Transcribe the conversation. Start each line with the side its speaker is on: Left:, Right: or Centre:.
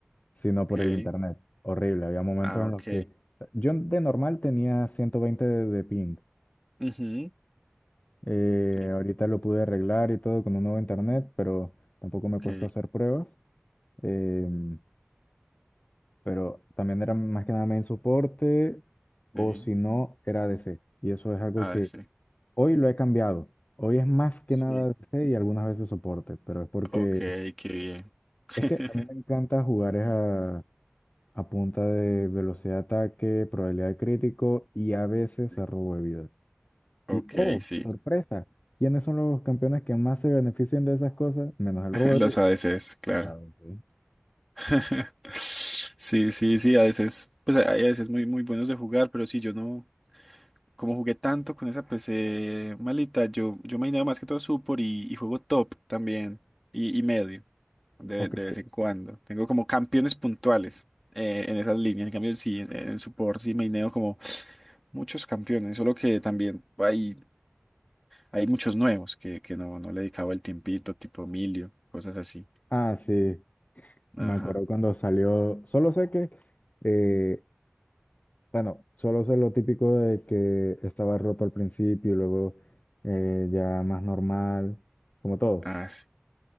Left: sino
Centre: Ok.
Left: por el internet. Horrible, había momentos
Centre: Ah,
Left: en
Centre: ok.
Left: los que yo de normal tenía 120 de, de ping.
Centre: Ujú.
Left: Eh,
Centre: Sí,
Left: ahorita lo pude arreglar y todo con un nuevo internet, pero tampoco me
Centre: ok.
Left: he puesto a hacer pruebas. Em, pero también era más que nada main soporte o
Centre: Sí.
Left: si no, era ADC. Y eso es algo
Centre: Ah,
Left: que
Centre: sí.
Left: Hoy lo he cambiado. Hoy es más que
Centre: Sí.
Left: nada DC y algunas veces soporte, pero es porque
Centre: Ok, qué bien. <laughs>
Left: es que a mí me encanta jugar es a, a punta de velocidad de ataque, probabilidad de crítico y a veces
Centre: Sí.
Left: a robo de vida.
Centre: Ok,
Left: Y oh,
Centre: sí.
Left: sorpresa, ¿quiénes son los campeones que más se benefician de esas cosas? Menos el
Centre: <laughs>
Left: robo de
Centre: Los
Left: vida.
Centre: ADCs, claro.
Left: Ajá, ok.
Centre: <laughs> Sí, sí, sí, a veces, pues hay a veces muy, muy buenos de jugar, pero sí, yo no, como jugué tanto con esa PC malita, yo, yo me más que todo support y, y juego top también, y, y medio, de,
Left: Ok.
Centre: de vez en cuando. Tengo como campeones puntuales eh, en esas líneas, en cambio sí, en, en support sí maineo como muchos campeones, solo que también hay, hay muchos nuevos que, que no, no le dedicaba el tiempito, tipo Emilio, cosas así.
Left: Ah, sí,
Centre: Ajá.
Left: me acuerdo cuando salió, solo sé que eh, Bueno, solo sé lo típico de que estaba roto al principio y luego eh, ya más normal, como todos.
Centre: ah. sí.